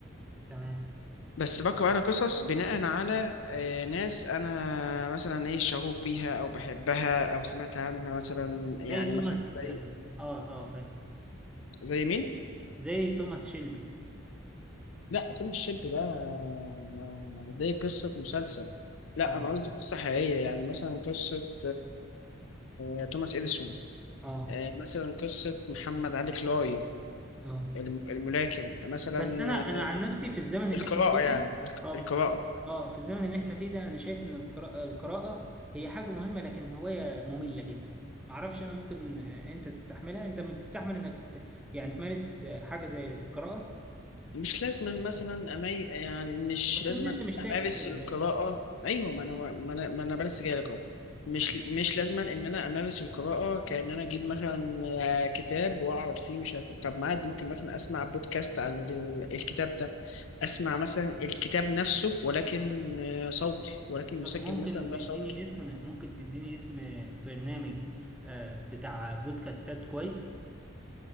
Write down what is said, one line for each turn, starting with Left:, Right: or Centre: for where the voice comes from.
Centre: تمام
Left: بس بقرأ أنا قصص بناء على آه، ناس أنا مثلا إيه شغوف بيها أو بحبها أو سمعت عنها مثلا يعني
Centre: زي توماس
Left: مثلا زي
Centre: اه اه آه، فاهم
Left: زي مين؟
Centre: زي توماس شيلبي
Left: لا فيلم الشاب ده آه، زي قصة مسلسل لا
Centre: اه
Left: أنا قصدي قصة حقيقية يعني مثلا قصة آه، توماس إديسون
Centre: اه
Left: آه، مثلا قصة محمد علي كلاي
Centre: اه
Left: الم- الملاكم مثلا
Centre: بس انا
Left: آه،
Centre: انا عن نفسي في الزمن اللي
Left: القراءة
Centre: احنا فيه
Left: يعني
Centre: ده اه
Left: القراءة
Centre: اه في الزمن اللي احنا فيه ده انا شايف ان القراءة, القراءة هي حاجة مهمة لكن هواية مملة جدا معرفش انا ممكن آه، انت تستحملها انت بتستحمل انك ت... يعني تمارس آه، حاجة زي القراءة
Left: مش لازما مثلا أمي يعني مش
Centre: بس
Left: لازما
Centre: ان انت مش سايب
Left: أمارس
Centre: حاجة دلوقتي
Left: القراءة أيوة ما أنا ما أنا ما أنا بس جاي لك أهو مش
Centre: آه.
Left: مش لازما إن أنا أمارس القراءة كأن أنا أجيب مثلا آه، كتاب وأقعد فيه مش عارف إيه. طب ما عادي ممكن مثلا أسمع بودكاست عن ال- الكتاب ده أسمع مثلا الكتاب نفسه ولكن آه، صوتي ولكن
Centre: طب
Left: مسجل
Centre: ممكن
Left: مثلا
Centre: تديني
Left: بصوت
Centre: اسم ممكن تديني اسم برنامج آه، بتاع بودكاستات كويس